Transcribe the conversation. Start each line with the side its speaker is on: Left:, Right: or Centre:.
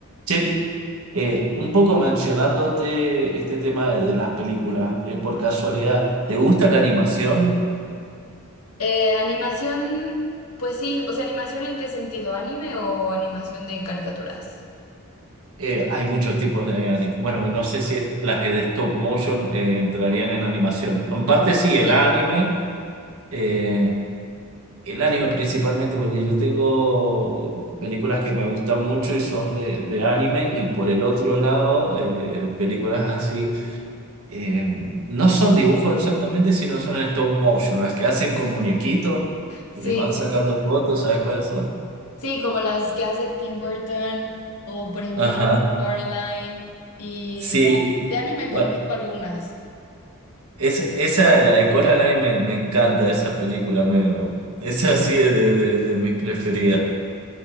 Right: Che, eh, un poco mencionándote este tema de, de las películas, eh, por casualidad, ¿te gusta la animación?
Left: Eh, animación, pues sí, o sea, animación en qué sentido, anime o animación de caricaturas.
Right: Eh, hay muchos tipos de animación. Bueno, no sé si est- las de stop motion eh, entrarían en animación. En parte sí, el
Left: Sí.
Right: anime. eh, El anime principalmente, porque yo tengo películas que me gustan mucho y son de, de anime, y por el otro lado, eh, películas así, eh, no son dibujos exactamente, sino son en stop motion, las que hacen con muñequitos,
Left: Sí,
Right: que les van sacando fotos, ¿sabes cuáles son?
Left: Sí, como las que hace Tim Burton o por ejemplo
Right: Ajá,
Left: Sí. Coraline y
Right: sí.
Left: de, de anime
Right: Bueno,
Left: conozco algunas.
Right: es, esa, la de Coraline, me, me encanta esa película, me, esa sí es de, de, de mis preferidas.